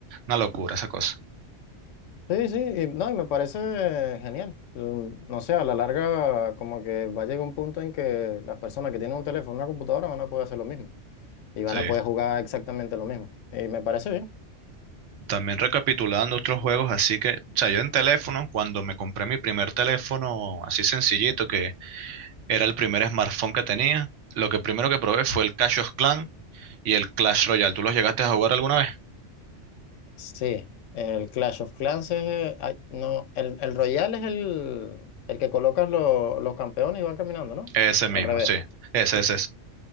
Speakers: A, on the right; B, on the left.
A: una locura esa cosa.
B: Sí, sí, y, no, y me parece genial. Mm, No sé, a la larga como que va a llegar un punto en que las personas que tienen un teléfono, una computadora van a poder hacer lo mismo y van
A: Sí.
B: a poder jugar exactamente lo mismo. Y me parece bien.
A: También recapitulando otros juegos, así que, o sea, yo en teléfono, cuando me compré mi primer teléfono así sencillito, que era el primer smartphone que tenía, lo que primero que probé fue el Clash of Clans y el Clash Royale. ¿Tú los llegaste a jugar alguna vez?
B: Sí, el Clash of Clans es, eh, ay, no, el, el Royale es el, el que colocas lo- los campeones y van caminando, ¿no?
A: Ese
B: O
A: mismo,
B: al revés.
A: sí. Ese, ese,